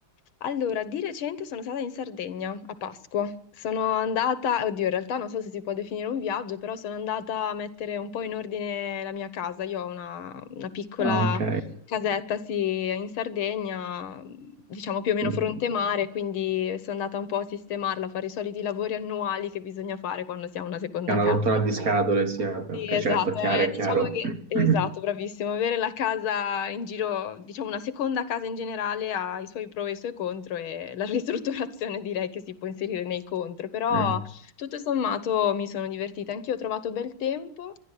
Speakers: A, on the left (about 75°); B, on the right (about 45°).
A: Allora, di recente sono stata in Sardegna a Pasqua. Sono andata, oddio, in realtà non so se si può definire un viaggio, però sono andata a mettere un po' in ordine la mia casa. Io ho una, una piccola
B: Ah, ok.
A: casetta, sì, in Sardegna, diciamo più o meno
B: Quindi
A: fronte mare, quindi sono andata un po' a sistemarla, a fare i soliti lavori annuali che bisogna fare quando si ha una seconda
B: è una
A: casa.
B: rottura di scatole, sì, vabbè,
A: Sì,
B: ok,
A: esatto,
B: certo, chiaro,
A: eh,
B: è
A: diciamo
B: chiaro.
A: che,
B: <coughs>
A: esatto,
B: <clears throat>
A: bravissimo, avere la casa in giro, diciamo una seconda casa in generale ha i suoi pro e i suoi contro e la <laughs> ristrutturazione direi che si può inserire nei contro, però
B: Eh.
A: tutto sommato mi sono divertita, anch'io ho trovato bel tempo